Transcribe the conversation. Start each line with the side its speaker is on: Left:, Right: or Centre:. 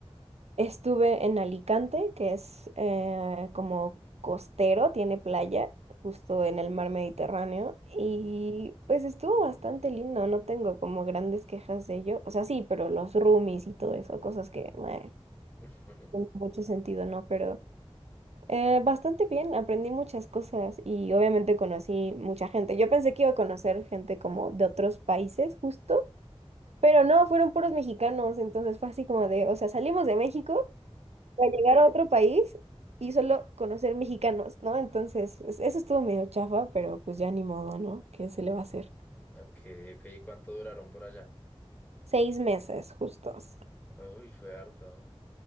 Right: Estuve en Alicante, que es eh, como costero, tiene playa, justo en el mar Mediterráneo, y pues estuvo bastante lindo, no tengo como grandes quejas de ello, o sea, sí, pero los roomies y todo eso, cosas que meh,
Left: <laughs>
Right: no tienen mucho sentido, ¿no? Pero eh, bastante bien, aprendí muchas cosas y obviamente conocí mucha gente. Yo pensé que iba a conocer gente como de otros países, justo. Pero no, fueron puros mexicanos, entonces fue así como de, o sea, salimos de México para llegar a otro país y solo conocer mexicanos, ¿no? Entonces, es- eso estuvo medio chafa, pero pues ya ni modo, ¿no? ¿Qué se le va a hacer?
Left: Ok, ok. ¿Y cuánto duraron por allá?
Right: Seis meses justos.
Left: Uy, fue harto.